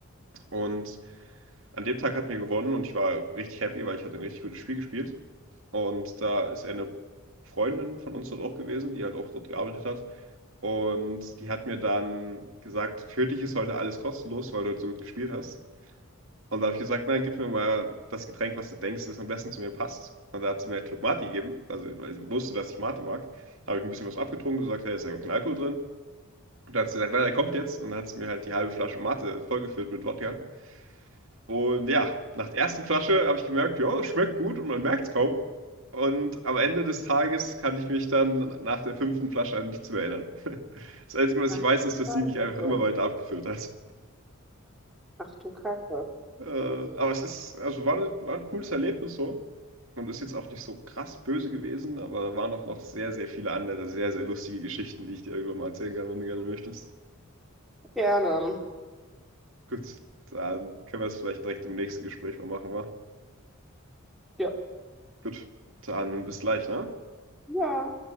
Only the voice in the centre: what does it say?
Ach,
du
Scheiße.
Ach du Kacke.
Gerne.
Ja.
Ja.